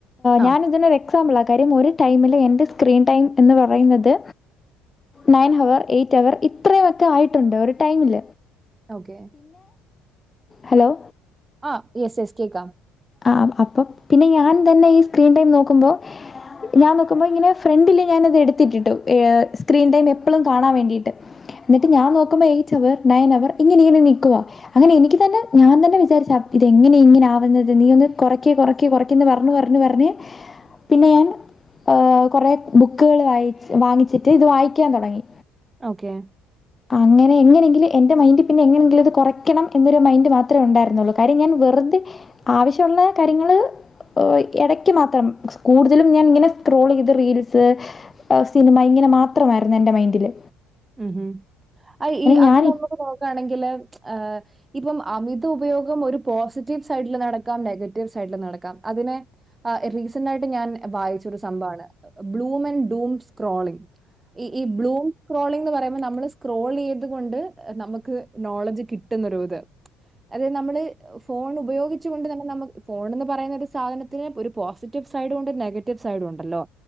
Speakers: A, on the right (about 15°); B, on the left (about 20°).
A: ആ
B: ഞാനിതിനൊരു എക്സാമ്പിൾ ആ കാര്യം ഒരു ടൈമില് എന്റെ സ്ക്രീൻ ടൈം എന്ന് പറയുന്നത് നയൻ ഹവർ എയ്റ്റ് ഹവർ ഇത്രയുവൊക്കെ ആയിട്ടുണ്ട് ഒരു ടൈമിൽ.
A: ഓക്കെ
B: ഹലോ
A: ആ യെസ് യെസ് കേക്കാം.
B: ആ അപ്പം പിന്നെ ഞാൻ തന്നെ ഈ സ്ക്രീൻ ടൈം നോക്കുമ്പോ ഞാൻ നോക്കുമ്പോ ഇങ്ങനെ ഫ്രണ്ടില് ഞാനത് എടുത്തിട്ടിട്ടു. ഏഫ് സ്ക്രീൻ ടൈം എപ്പളും കാണാൻ വേണ്ടിയിട്ട്.
A: <inaudible>
B: ന്നിട്ട് ഞാൻ നോക്കുമ്പോ എയിറ്റ് ഹവർ നയൻ ഹവർ ഇങ്ങനെ ഇങ്ങനെ നിക്കുവ. അങ്ങനെ എനിക്ക് തന്നെ ഞാൻ തന്നെ വിചാരിച്ച് ഇതെങ്ങേനെ ഇങ്ങനെ ആവുന്നത് നീ ഒന്ന് കൊറക്കെ കൊറക്കെ കൊറക്കെന്ന് പറഞ്ഞു പറഞ്ഞു പറഞ്ഞ് പിന്നെ ഞാൻ ഏഹ് കൊറെ ബുക്കുകൾ വായി വാങ്ങിച്ചിട്ട് ഇത് വായിക്കാൻ തുടങ്ങി.
A: ഓക്കെ
B: അങ്ങനെ എങ്ങനെയെങ്കിലും എന്റെമൈന്റ് പിന്നെ എങ്ങനെയെങ്കിലും ഇത് കൊറയ്ക്കണം എന്നൊരു മൈന്റ് മാത്ര ഉണ്ടായിരുന്നുള്ളൂ. കാര്യം ഞാൻ വെറുതെ ആവശ്യവുള്ള കാര്യങ്ങൾ ഓ എടയ്ക്ക് മാത്രം കൂടുതലും ഞാൻ ഇങ്ങനെ സ്ക്രോൾ ചെയ്ത് റീൽസ് സിനിമ ഇങ്ങനെ മാത്രമായിരുന്നു എന്റെ മൈൻഡില്.
A: ഉം ഉം അ ഈ
B: ഞാൻ
A: അത് നമ്മുക്ക് നോക്കാണെങ്കില് മ് ഏഹ് ഇപ്പം അമിത ഉപയോഗം ഒരു പോസറ്റീവ് സൈഡിൽ നടക്കാം നെഗറ്റീവ് സൈഡിൽ നടക്കാം. അതിനെ ആ റീസെന്റ് ആയിട്ട് ഞാൻ വായിച്ചൊരു സംഭവാണ് ബ്ലൂംമെന്റ്ഡൂം സ്ക്രോളിങ്. ഈ ഈ ബ്ലൂ സ്ക്രോളിംഗ ന്ന് പറയുമ്പോ നമ്മള് സ്ക്രോൾ യ്ത് കൊണ്ട് നമുക്ക് നോളജ് കിട്ടുന്നൊ ഒരു ഇത്. അതെ നമ്മള് ഫോൺ ഉപയോഗിച്ചു കൊണ്ട് തന്നെ നമ്മ ഫോണെന്ന് പറയുന്നൊരു സാധനം ഇതിന് ഒരു പോസിറ്റീവ് സൈഡും ഉണ്ട് നെഗറ്റീവ് സൈഡും ഉണ്ടല്ലോ